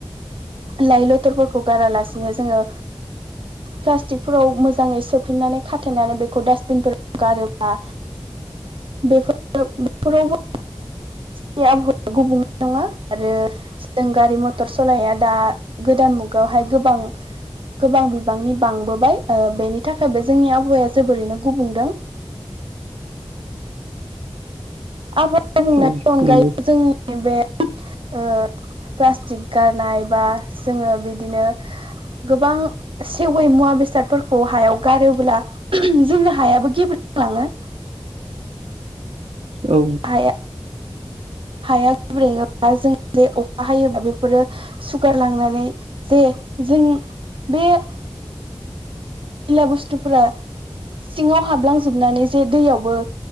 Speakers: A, on the right; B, on the right.
A: लइ लथरफोरखौ गारालासेनो जोंङो पलासतिक फोराव मोजाङै सोफिननानै खाथेनानै बेखौ डास्बिनफोराव गारोबा बेफोर बेफोरावबोनि आबहावाया गुबुं नङा आरो जों गारि मटर सलाया दा गोदान मुगायावहाय गोबां गोबां बिबांनि बांबोबाय ओ बेनि थाखायबो जोंनि आबहावाया जोबोरैनो गुबुंदों। आबहावा गुबुंनायनि
B: औ
A: अनगायै
B: नंगौ
A: जोंनि बे ओ प्लास्टिक गारनाय बा जोंङो बिदिनो गोबां सेवै मुवा बेसादफोरखौ हायाव गारोब्ला जोंनो हायाबो गेब्लेलाङो
B: औ
A: हाया हाया गेब्रेङोबा जों जे अखा हायोबा बेफोरो सुगारलांनानै जे जों बेयो मैला बुस्थुफोरा सिङाव हाबलांजोबनानै जे दैयावबो